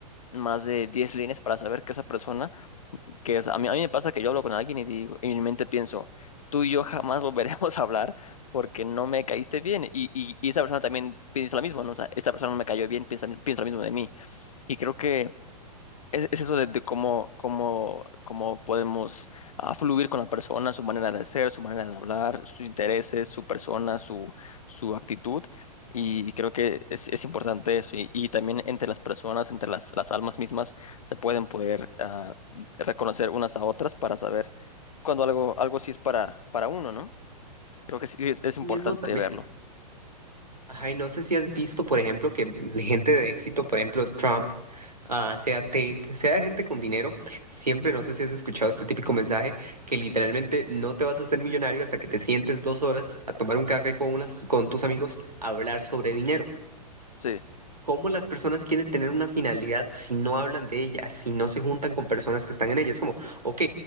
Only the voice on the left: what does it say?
más de 10 líneas para saber que esa persona que es- a mí, a mí me pasa que yo hablo con alguien y digo, y en mi mente pienso, tú y yo jamás <laughs> volveremos a hablar porque no me caíste bien. Y, y, y esa persona también piensa lo mismo, ¿no? O sea, esta persona no me cayó bien, piensa, piensa lo mismo de mí. Y creo que es, es eso de, de cómo, cómo, cómo podemos ah, fluir con la persona, su manera de ser, su manera de hablar, sus intereses, su persona, su, su actitud. Y creo que es, es importante eso. Y, y también entre las personas, entre las, las almas mismas, se pueden poder ah, reconocer unas a otras para saber cuando algo, algo sí es para, para uno, ¿no? Creo que sí es,
es
importante
verlo.
Sí.